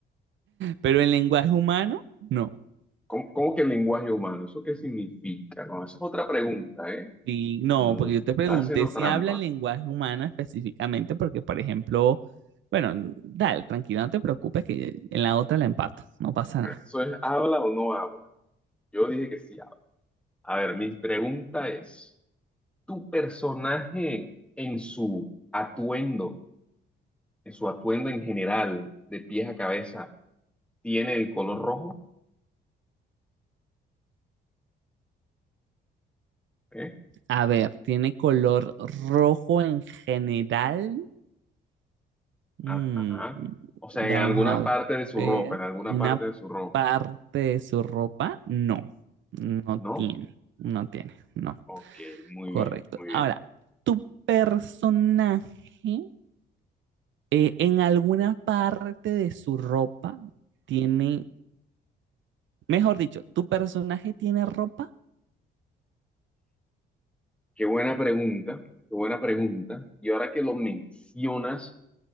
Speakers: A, on the right (about 70°); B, in the centre.
A: Pero
B: A ver,
A: en lenguaje humano, no.
B: ¿cómo, cómo que lenguaje humano? ¿Eso qué significa? No, esa es otra pregunta, ¿eh?
A: Sí, no,
B: Mm,
A: porque yo te pregunté
B: está haciendo
A: si
B: trampa.
A: habla en lenguaje humano específicamente, porque, por ejemplo, bueno, dale, tranquilo, no te preocupes, que en la otra la empato. No pasa nada.
B: Eso es, ¿habla o no habla? Yo dije que sí habla. A ver, mi pregunta es, ¿tu personaje en su atuendo, en su atuendo en general, de pies a cabeza, tiene el color rojo? ¿Eh?
A: A ver, ¿tiene color rojo en general? Mm,
B: Ajá. O sea,
A: vamos
B: en alguna
A: a
B: parte de su
A: ver.
B: ropa, en alguna
A: Una
B: parte de su ropa,
A: parte de su ropa, no. No
B: ¿no?
A: tiene. No tiene. No.
B: Ok, muy
A: Correcto.
B: bien, muy
A: Ahora,
B: bien.
A: tu personaje eh, en alguna parte de su ropa tiene. Mejor dicho, tu personaje tiene ropa.
B: Qué buena pregunta, qué buena pregunta. Y ahora que lo mencionas...